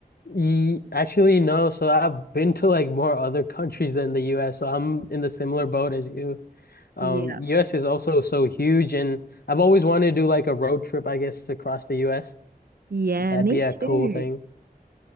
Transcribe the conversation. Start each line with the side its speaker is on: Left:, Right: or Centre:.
Left: ye- actually, no. So I've been to like more other countries than the U.S. So I'm in the similar boat as you. Um,
Right: Yeah.
Left: US is also so huge, and I've always wanted to do like a road trip, I guess, across the US.
Right: Yeah,
Left: That'd
Right: me
Left: be a
Right: too.
Left: cool thing.